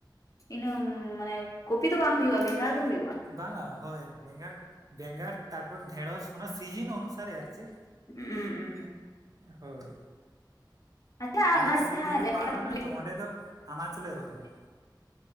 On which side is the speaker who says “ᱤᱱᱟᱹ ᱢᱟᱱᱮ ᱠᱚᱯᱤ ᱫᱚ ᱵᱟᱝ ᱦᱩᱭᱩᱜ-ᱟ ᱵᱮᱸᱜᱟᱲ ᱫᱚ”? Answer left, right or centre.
Left